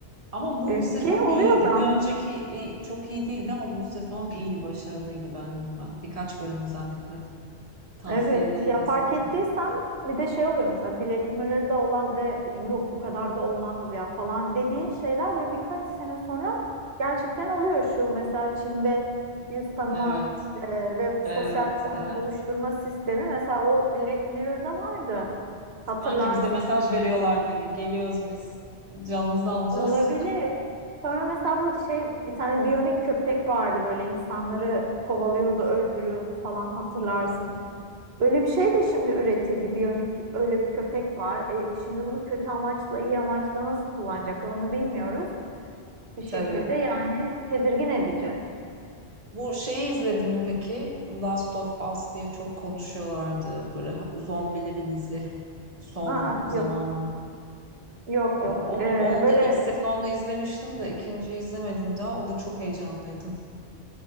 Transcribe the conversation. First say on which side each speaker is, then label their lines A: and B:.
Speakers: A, on the right (about 35°); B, on the right (about 70°).
A: Ama bu
B: E,
A: sezon
B: ki oluyor
A: iyiydi.
B: da
A: Bir önceki iyi- çok iyi değildi ama bu sezon iyiydi, başarılıydı beğendim ben. Birkaç bölüm özellikle. Tavsiye
B: Evet
A: ederim
B: ya
A: kesinlikle.
B: fark ettiysen bir de şey oluyor mesela Black Mirror'da olan ve yuh bu kadar da olmaz ya falan dediğin şeyler ve birkaç sene sonra gerçekten oluyor şu mesela Çin'de yüz tanıma
A: Evet,
B: e, ve sosyal
A: evet,
B: puan
A: evet.
B: oluşturma sistemi mesela o Black Mirror'da vardı hatırlarsın.
A: Sanki bize mesaj veriyorlar gibi. Geliyoruz biz. Canınızı alacağız.
B: Olabilir. Sonra mesela bu şey bir tane biyonik köpek vardı böyle insanları kovalıyordu öldürüyordu falan hatırlarsın. Öyle bir şey de şimdi üretildi. Biyonik öyle bir köpek var. E, şimdi bunu kötü amaçla, iyi amaçla nasıl kullanacaklar onu bilmiyoruz. Bir şekilde
A: <laughs> Tabii.
B: yani tedirgin edici.
A: Bu şeyi izledin mi peki? Last of Us diye çok konuşuyorlardı. Böyle ha- zombili bir dizi. Son
B: Aa,
A: zamanın.
B: yok, yok,
A: O-
B: yok.
A: Onu,
B: E,
A: onu
B: böyle
A: da ilk sezonla izlemiştim de ikinciyi izlemedim daha. O da çok heyecanlıydı.